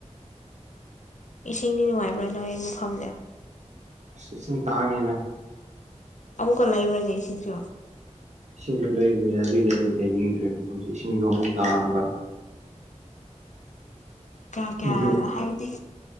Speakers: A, on the left; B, on the right.
A: ꯏꯁꯤꯡꯗꯤ ꯅꯨꯡꯉꯥꯏꯕ꯭ꯔꯥ ꯅꯣ ꯑꯩ ꯃꯐꯝꯗꯤ
B: ꯏꯁꯤꯡ ꯇꯥꯡꯉꯤꯗꯥ
A: ꯑꯃꯨꯛꯀꯥ ꯂꯩꯕꯔꯥꯅꯦ ꯏꯁꯤꯡꯁꯨ
B: ꯏꯁꯤꯡꯁꯨ ꯂꯩꯕꯅꯤꯅ ꯑꯗꯨꯒꯤ ꯑꯩ ꯂꯩꯅꯤꯡꯗ꯭ꯔꯦ ꯃꯐꯝꯁꯦ ꯏꯁꯤꯡꯁꯨ ꯑꯃꯨꯛ ꯇꯥꯡꯕ
A: ꯀꯌꯥ ꯀꯌꯥ
B: ꯑꯩꯁꯦ
A: ꯍꯥꯏꯗꯤ